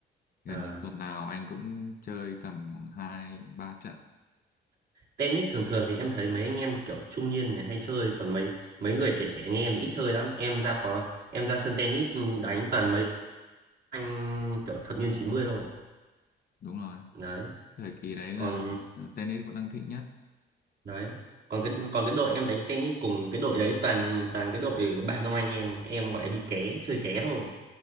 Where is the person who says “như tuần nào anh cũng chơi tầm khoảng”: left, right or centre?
Left